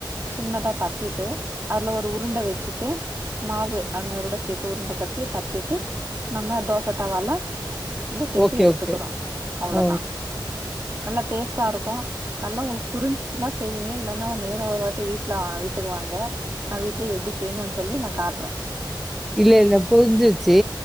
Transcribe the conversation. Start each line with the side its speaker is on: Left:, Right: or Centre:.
Right: சின்னதா தட்டிட்டு அதுல ஒரு உருண்ட வச்சிட்டு மாவு அந்தரோட சேத் து உருண்ட கட்டி தத்திட்டு நம்ம தோச தவால அப்டி திருப்பி
Centre: ஓகே,
Right: எடுத்துக்குறோ
Centre: ஓகே.
Right: அவ்ளோதா
Centre: ஓ!
Right: நல்லா டேஸ்டா இருக்கு நல்லா உங்களுக்கு புரிஞ்சிச்சின்னா செய்யுங்க இல்லன்னா நேரா ஒரு வாட்டி வீட்ல வீட்டுக்குவாங்க நா வீட்லே எப்டி செய்யணுனு சொல்லி நா காட்ற
Centre: இல்ல இல்ல போஞ்சிச்சி